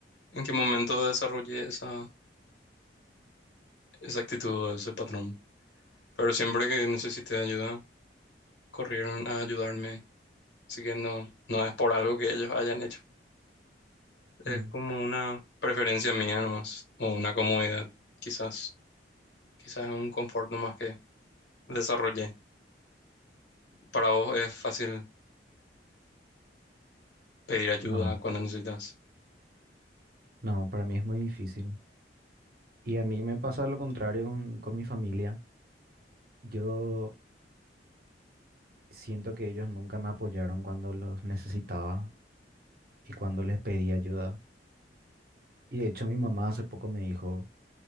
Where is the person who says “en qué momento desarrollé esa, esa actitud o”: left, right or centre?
Left